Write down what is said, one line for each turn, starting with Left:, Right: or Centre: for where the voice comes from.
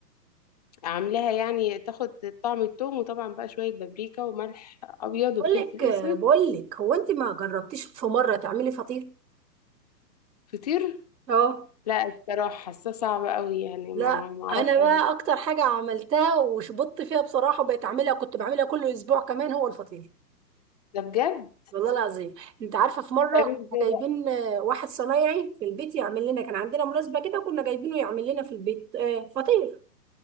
Left: عاملاها يعني تاخد طعم التوم وطبعا بقى شوية بابريكا وملح أبيض
Right: بقول
Left: وفلفل
Right: لك
Left: أسود
Right: بقول لك هو انت ما جربتيش في مره تعملي فطير
Left: فطير
Right: اه
Left: لا الصراحة حاسة صعبة قوي يعني ما
Right: لا
Left: ما اعرفش
Right: انا بقى
Left: أعمل.
Right: اكتر حاجه عملتها وشبطت فيها بصراحه بقيت اعملها كنت بعملها كل اسبوع كمان هو الفطير
Left: ده بجد
Right: والله العظيم انت عارفه في مره
Left: طيب
Right: كنا
Left: ازاي
Right: جايبين
Left: بقى
Right: آه، واحد صنايعي في البيت يعمل لنا كان عندنا مناسبه كده وكنا جايبينه يعمل لنا في البيت آه، فطير